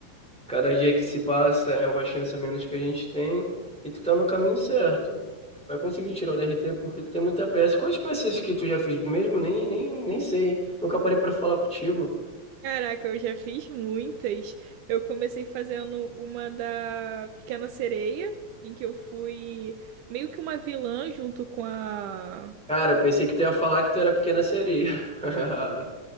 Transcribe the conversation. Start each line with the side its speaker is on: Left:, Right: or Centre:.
Centre: cada dia que se passa é uma chance a menos que a gente tem e tu tá no caminho certo. Vai conseguir tirar o DRT porque tu tem muita peça. Quais peças que tu já fez mesmo? Nem, nem, nem sei. Nunca parei pra falar contigo.
Right: Caraca, eu já fiz muitas. Eu comecei fazendo uma da Pequena Sereia, em que eu fui meio que uma vilã junto com a.
Centre: Cara, eu pensei que tu ia falar que tu era pequena sereia. <laughs>